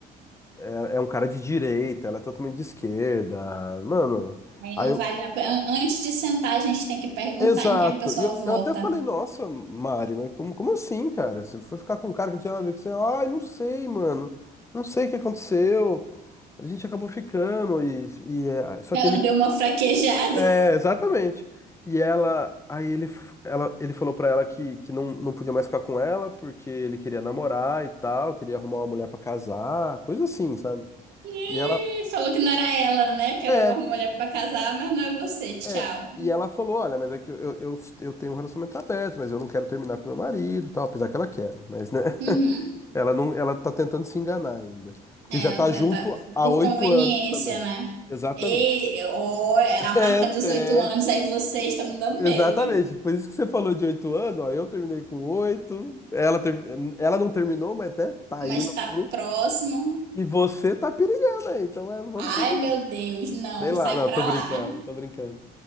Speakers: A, on the left; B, on the right.
A: é, é um cara de direita, ela é totalmente de esquerda. Mano,
B: Aí
A: aí
B: não
A: eu.
B: vale a pena. An- Antes de sentar, a gente tem que perguntar
A: Exato.
B: em quem a pessoa
A: E eu,
B: vota.
A: eu até falei,
B: <laughs>
A: nossa, Mari, mas como, como assim, cara? Você foi ficar com um cara que não tinha nada a ver com você? Ai, não sei, mano. Não sei o que aconteceu. A gente acabou ficando e, e é, só
B: Ela
A: que ele
B: deu uma fraquejada.
A: É,
B: <laughs>
A: exatamente. E ela, aí ele, f- ela, ele falou pra ela que, que não, não podia mais ficar com ela porque ele queria namorar e tal, queria arrumar uma mulher pra casar, coisa assim, sabe?
B: Ih,
A: E ela,
B: Falou que não era ela, né? Que era
A: é,
B: uma mulher pra casar, mas não é você. Tchau.
A: é. E ela falou, olha, mas é que eu, eu, eu tenho um relacionamento aberto, mas eu não quero terminar com meu marido, e tal, apesar que ela quer, mas né, <laughs>
B: Hum. Uhum.
A: ela não, ela tá tentando se enganar ainda, porque
B: É,
A: já tá
B: você
A: junto
B: tá
A: há
B: por
A: oito
B: conveniência,
A: anos também.
B: né?
A: Exatamente.
B: E, ó, é
A: <laughs>
B: a marca dos
A: É,
B: oito anos, aí vocês estão me dando
A: Exatamente,
B: medo.
A: por isso que você falou de oito anos, ó, eu terminei com oito, ela, termi- ela não terminou, mas até tá
B: Mas
A: indo
B: tá
A: pro...
B: próximo.
A: E você tá perigando aí, então é, vamos
B: Ai,
A: combinar.
B: meu Deus, não,
A: Sei lá,
B: sai
A: não,
B: pra
A: tô brincando,
B: lá.
A: tô brincando.